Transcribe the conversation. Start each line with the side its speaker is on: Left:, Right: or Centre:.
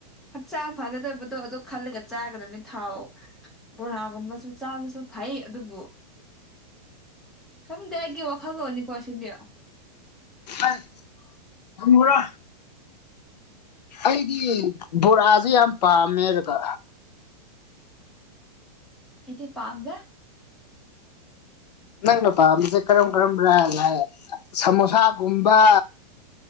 Centre: ꯍꯛꯆꯥꯡ ꯐꯒꯗꯕꯗꯣ ꯑꯗꯨ ꯈꯜꯂꯒ ꯆꯥꯒꯗꯕꯅꯤ ꯊꯥꯎ ꯕꯣꯔꯥꯒꯨꯝꯕꯁꯨ ꯆꯥꯕꯁꯨ ꯐꯩ ꯑꯗꯨꯕꯨ
Left: <inaudible>
Centre: ꯍꯪꯗꯦ ꯑꯩꯒꯤ ꯋꯥꯈꯜ ꯂꯣꯟꯅꯤꯀꯣ ꯁꯤꯗꯤ
Left: ꯑꯝ ꯊꯝꯃꯨꯔ ꯑꯩꯗꯤ ꯕꯣꯔꯥꯁꯦ ꯌꯥꯝ ꯄꯥꯝꯃꯦꯕ
Centre: ꯑꯩꯗꯤ ꯄꯥꯥꯝꯗꯦ
Left: ꯅꯪꯅ ꯄꯥꯝꯕꯁꯦ ꯀꯔꯝ ꯀꯔꯝꯕꯥ ꯂꯥꯏꯛ ꯁꯃꯣꯁꯥꯒꯨꯝꯕ